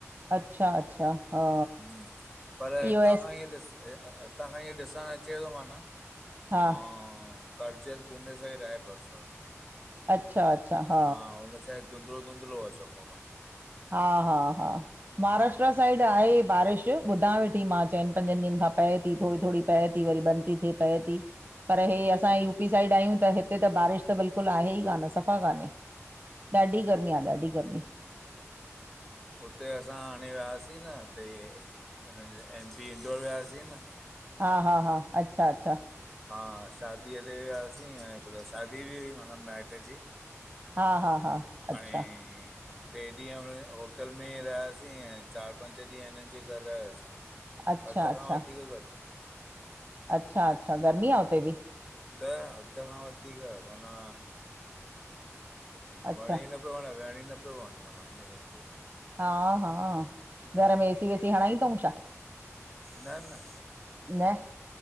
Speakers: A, on the right; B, in the centre.
A: अच्छा -अच्छा हा
B: हूं पर हितां
A: इहो एस्ट
B: खां हीं ॾिस हितां खां हीं ॾिसण अचे तो माना।
A: हा
B: आं--करजल पूने साइड आहे बरसात।
A: अच्छा-अच्छा, हा
B: हा, हुन साइड धुंदलो धुंदलो आ चंंॻों माना।
A: हा- हा- हा महाराष्ट्र साइड आहे ई बारिश ॿुधां वेठी मां चइन पंजन ॾींहंनि खां पए ती थोड़ी -थोड़ी पए ती वरी बंद ती हे पए ती, पर हे असां यू पी साइड आह्यूं त हिते त बारिश त बिल्कुल आहेई कान्ह, सफ़ा कान्हे, ॾाढी गर्मी आ ॾाढी गर्मी
B: उते असां हाणें वियासीं न उते इन्ह जे एम पी इंदौर वियासीं न
A: हा -हा -हा, अच्छा -अच्छा
B: हा शादीअ ते वियासीं, ऐं भला शादी बि हुई माना माइट जी
A: हा हा हा अच्छा
B: अंईं ट्रे ॾींहं हुन होटल में ई रहियासीं, ऐं चारि पंज ॾींहं हिननि जे घर रहियासीं।
A: अच्छा
B: हद
A: अच्छा
B: खां वधीक गर्मी ही उआ।
A: अच्छा -अच्छा, गर्मी आ उते बि?
B: त हद खां वधीक, माना
A: अच्छा
B: वणेंई न न पियो वणें, विहंण ई न पियो वणें माना ईंयं समझो।
A: हा -हा घर में एसी वेसी हणांई तऊं छा
B: न न
A: न